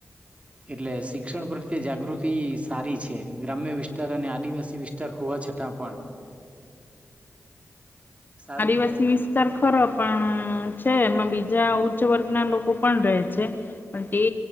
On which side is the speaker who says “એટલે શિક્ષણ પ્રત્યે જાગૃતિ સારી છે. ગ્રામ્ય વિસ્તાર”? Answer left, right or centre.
Right